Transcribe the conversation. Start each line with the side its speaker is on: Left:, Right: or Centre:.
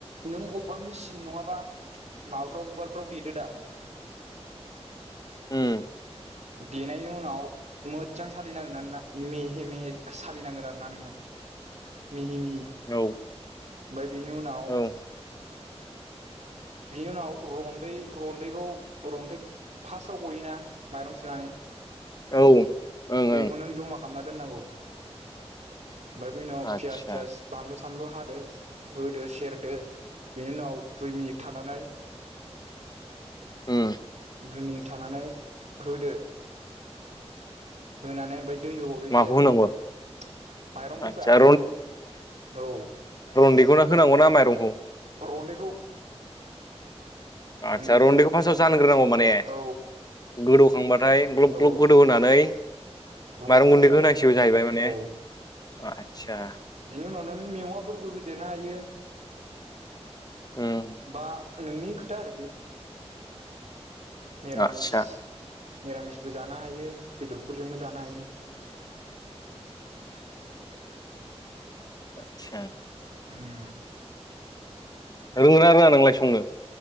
Right: नों अबबा मेसिन नङाबा माबाफ्राव उवालफ्राव देदो दा।
Left: उम।
Right: देनायनि उनाव मोजजां सालिनांगोनना नोंना मेहे मेहे सालिनांगोन आरोना नोङो मिहि मिह
Left: औ।
Right: ओमबाय बिनि उनाव
Left: औ
Right: बिनि उनाव रन्दै रन्दैखौ रन्थै फासाव गयोना। माइरं सुनानै
Left: औ। ओं
Right: बेखौ नों जमा खामना दोननांगौ ओमफाय बिनि उनाव
Left: आदसा
Right: पियास थियास बानलु बानलु हादो होदो सेरदो बेनि उनाव दुइ मिनिट थानानै।
Left: उम
Right: दुइ मिनिट थानानै होदो होनानै ओमफाय दै होबावदो
Left: माखौ
Right: एसे
Left: होनांगौ
Right: था माइरंखौब्रा
Left: आदसा
Right: औ
Left: देखौना होनांगौ ना माइरंखौ
Right: रन्दैखौ
Left: आतसा
Right: ओमफ्राय
Left: रन्दैखौ फासाव
Right: उनाव
Left: जानग्रोनांगौ माने
Right: औ
Left: गोदौखांबाथाय ग्लब
Right: औ
Left: ग्लब गोदौ होनानै
Right: अब्ला
Left: माइरं गुन्दैखौ
Right: होदो आरो
Left: होनांसिगौ जाहैबाय माने
Right: औ
Left: आदसा
Right: बेनि उनाव नों मेवाफोरबो होदेरनो हायो।
Left: उम
Right: बा नोंनि खोथा आरो बे मेरामिस
Left: आदसा
Right: मेरामिसबो जानो हायो बेदरफोरजोंबो जानो हायो।
Left: आतसा
Right: उम
Left: रोंङोना रोङा नोंलाय संनो